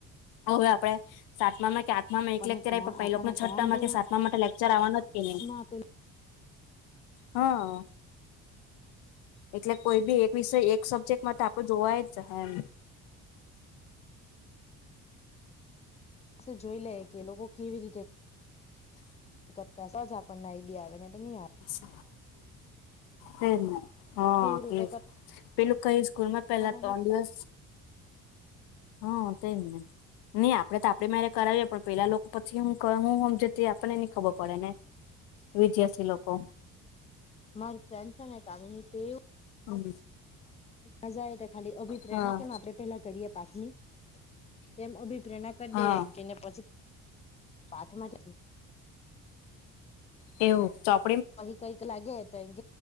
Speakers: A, on the left (about 80°); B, on the left (about 15°).
A: હવે આપણે સાતમામાં ક્યા મામાં
B: આપણને
A: એક લેક્ચર
B: ત્રણ
A: આવી પપ્પા
B: આપણને
A: એ લોકોકને છઠ્ઠામાં
B: ત્રણ ધોરણમાં
A: કે સાતમા માટે લેક્ચર આવવાના કેન‌ઈ.
B: આપેલું
A: હા. એટલે કોઈ બી એક વિષય એક સબ્જેક્ટમાં તો આપડે જોવાય જ એમ
B: જોઈ લઈએ કે એ લોકો કેવી રીતે કરતા હશે. તો જ આપણને આઈડિયા આવે ને તો નહી આવે.
A: <unintelligible> એ જ ને હ..
B: આપણે કેવી રીતે
A: એ જ. પેલું કઈ સ્કૂલમાં
B: કરવાનું
A: પેલા ત્રણ
B: હે
A: દિવસ હ.. તે જ ને. ની આપડે તો આપડે મેરે કરાવીએ, પણ પેલા લોકો પછી હું કરે હું હમજે તે આપણને ની ખબર પડે ને. વિધાર્થી લોકો.
B: મારી ફ્રેન્ડ છે ને કામિની. તે એવુ
A: હમ.
B: મજા એ કે ખાલી અભિપ્રાય
A: હા
B: ના કેમ આપડે પેહલા કરીએ પાછું નય તેમ અભિપ્રેરણા કર
A: હા
B: દઈએ કેને પછી <inaudible> પાથમાંથી
A: એવું ચો
B: કઈ કઈક લાગે તો <unintelligible>